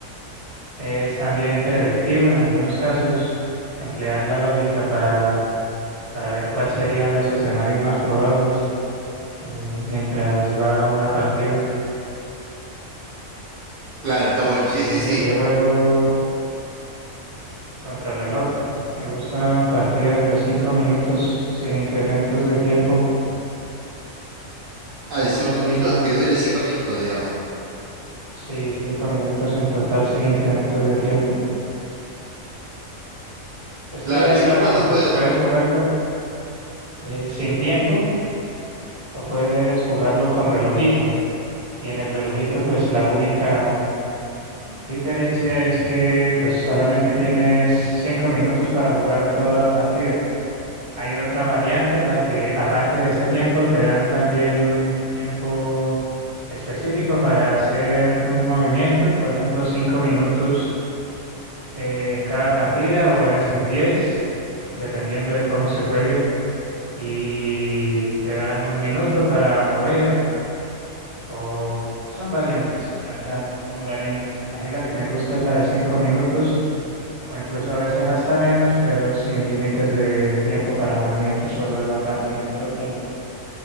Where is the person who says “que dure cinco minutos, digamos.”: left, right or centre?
Right